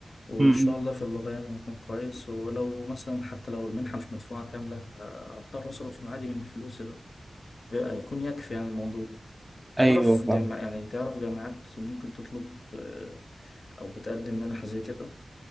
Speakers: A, on the left; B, on the right.
A: وان
B: امم
A: شاء الله في اللغه يعني هكون كويس ولو مثلا حتى لو المنحه مش مدفوعه كامله آه، هضطر اصرف معادي من فلوسي بقى بقى هيكون يكفي يعني الموضوع
B: ايوه
A: تعرف جامعة
B: فاهم
A: يعني تعرف جامعات ممكن تطلب آه، او بتقدم منح زي كده